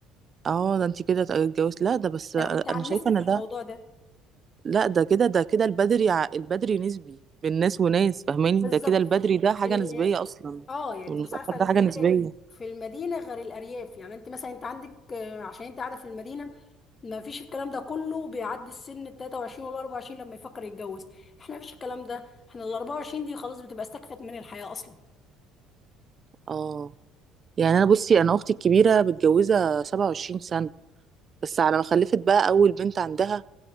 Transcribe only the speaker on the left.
ده
انا كنت عنست
في
الموضوع ده
بالظبط
في
ال...
اه يعني
انت مش عارفه
البدر
في المدينه غير الارياف يعني انت مثلا انت عندك آه، عشان انت قاعده في المدينه ما فيش الكلام ده كله بيعدي السن ال 23 وال 24 لما يفكر يتجوز احنا ما فيش الكلام ده احنا ال 24 دي خلاص بتبقى استكفت من الحياه اصلا